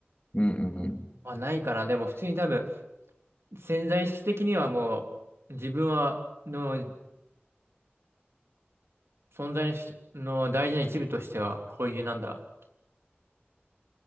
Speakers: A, on the left (about 30°); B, on the right (about 80°).
A: うんうんうん。
B: はないかな。でも普通に多分、潜在意識的にはもう、自分は、の存在のし、の大事な一部としては、こういうなんだ、